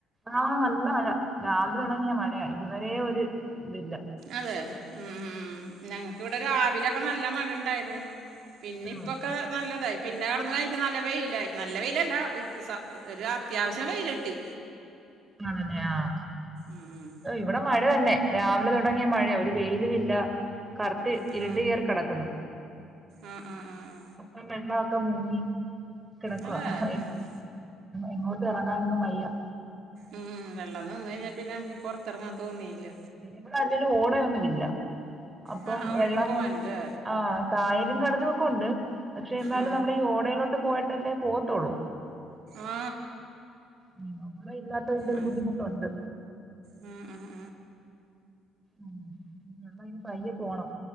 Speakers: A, on the right (about 20°); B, on the right (about 65°).
A: ആ നല്ല മഴ. രാവിലെ തുടങ്ങിയ മഴയാ, ഇതുവരെ ഒരു ഇതില്ല
B: അതെ ഉം ഉം ഉം ഞങ്ങക്കിവിടെ രാവിലൊക്കെ നല്ല മഴ ഇണ്ടായിരുന്നു. പിന്നെ
A: ആഹ്
B: ഇപ്പൊക്കെ നല്ലതായി പിന്നെ അവിട്ന്ന്ട കഴിഞ്ഞിട്ട് നല്ല വെയിലായി, നല്ല വെയിലല്ല ഒരു അത്യാവശ്യം വെയില് കിട്ടി.
A: ആണല്ലേ ആഹ്
B: ഉം.
A: ഓ ഇവിടെ മഴ തന്നെ രാവിലെ തുടങ്ങിയ മഴയാ. ഒരു വെയിലുമില്ല. കറുത്ത്
B: ആ
A: ഇരുണ്ട് കേറി കിടക്കുന്നു.
B: ആ ആ ആ ആ.
A: അപ്പൊ വെള്ളമൊക്കെ മുങ്ങി കിടക്കുവ.
B: അതെ
A: ആഹ്
B: ആ
A: എങ്ങോട്ടും ഇറങ്ങാനൊന്നും വയ്യ
B: ഉം വെള്ളം നിന്ന് കഴിഞ്ഞാൽ പിന്നെ നമുക്ക് പുറത്തിറങ്ങാൻ തോന്നേയില്ല.
A: ഇവിടെ അല്ലേലും ഓടയൊന്നും ഇല്ല. അപ്പം
B: ആ ആ
A: വെള്ളം.
B: ഒഴുകി പോവാനല്ലേ
A: ആ. കായലും, കടലും ഒക്കെ ഉണ്ട്. പക്ഷെ എന്നാലും
B: ആ
A: നമ്മൾ ഈ ഓടയിലോട്ട് പോയിട്ടല്ലേ പോവത്തുള്ളൂ.
B: ആ
A: ഉം ഓടെ ഇല്ലാത്തതിന്റെ ഒരു
B: ആ
A: ബുദ്ധിമുട്ടുണ്ട്.
B: ഉം ആഹ്
A: ആഹ് വെള്ളം ഇനി പയ്യെ പോണം.